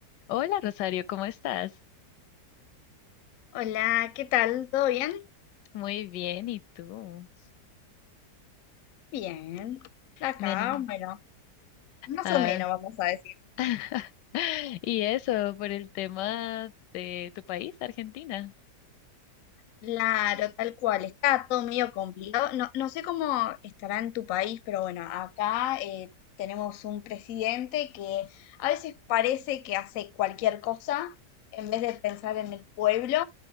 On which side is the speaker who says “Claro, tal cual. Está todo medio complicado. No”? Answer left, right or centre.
Left